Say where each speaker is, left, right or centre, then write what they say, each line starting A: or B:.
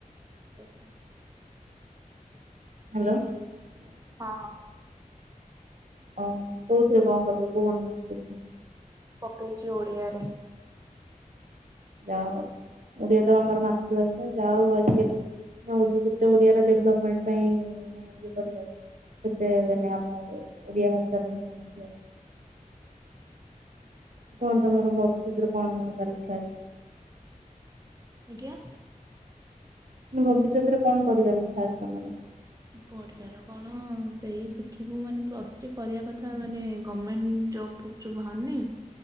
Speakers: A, on the right; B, on the right.
A: <inaudible>
B: ହାଲୋ?
A: ହଁ ଅଁ।
B: ଓହ, କୋଉଥିରେ କଣ କରିବ କୋଉ ଅନର୍ଶରେ ପୁଣି।
A: ପକେଇଛି ଓଡିଆରେ।
B: ଯାହା ହଉ, ଓଡିଆ ତ ଆମର ମାତୃଭାଷା, ଯାହା ହଉ ଆଜିକାଲି ଓ ଓଡ଼ି ଯେତେ ଓଡିଆର ଡେଭଲପମେଣ୍ଟ ପାଇଁ ମାନେ ଇଏ କରିବ। ସେତେ ମାନେ ଆମ ଓଡିଆ ଭାଷା ର ହିଁ ଉନ୍ନତି ହବ। କଣ ତମର ଭବିଷ୍ୟତରେ କଣ ହବାର ଇଛା ଅଛି?
A: ଆଜ୍ଞା।
B: ଭବିଷ୍ୟତରେ କଣ କରିବାର ଇଛା ଅଛି ତମର?
A: ପଢ଼ିବାର କଣ ସେଇ ଦେଖିବୁ, ମାନେ ପ୍ଲସ୍ ଥ୍ରୀ କରିବା କଥା, ମାନେ ଗମେଣ୍ଟ ଜବ୍ ଜବ୍ ବାହାରୁନେଇ,